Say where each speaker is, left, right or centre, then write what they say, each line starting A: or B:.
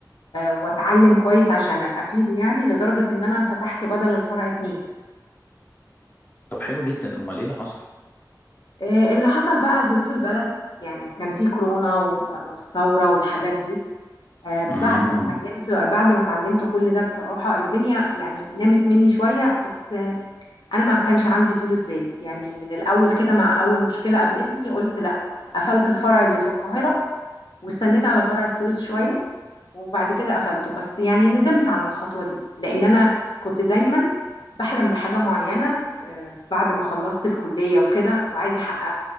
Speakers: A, on the left; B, on the left.
A: آه، واتعلم كويس عشان افيده يعني لدرجه ان انا فتحت بدل الفرع اتنين
B: طب حلو جدا امال ايه اللي حصل
A: آه، اللي حصل بقى ظروف البلد يعني كان في كورونا وب- والثوره والحاجات دي آه،
B: امم
A: بعد ما اتعلمت بعد ما اتعلمت كل ده بصراحه الدنيا يعني نامت مني شويه بس آه، انا ما كانش عندي طولة بال يعني من الاول كده مع اول مشكله قابلتني قلت لا قفلت الفرع اللي في القاهره واستنيت على فرع السويس شويه وبعد كده قفلته بس يعني ندمت عن الخطوة دي لأن أنا كنت دايما بحلم بحاجة معينة آه، بعد ما خلصت الكلية وكده وعايزة أحققها